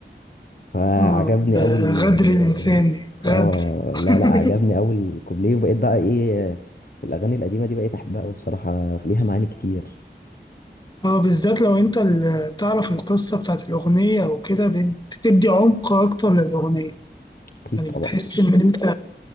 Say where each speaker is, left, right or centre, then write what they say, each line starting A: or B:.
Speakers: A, on the left; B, on the left.
A: فعجبني
B: اه ده
A: أوي
B: غدر
A: ال ال-
B: الإنسان دي غدر
A: اه
B: <laughs>
A: لا لا عجبني أوي الكوبليه وبقيت بقى ايه في الأغاني القديمة دي بقيت أحبها أوي بصراحة ليها معاني كتير
B: اه بالذات لو انت ال- تعرف القصة بتاعت الأغنية أو كده بت- بتدي عمق أكتر للأغنية
A: أكيد
B: يعني
A: طبعا
B: بتحس إن انت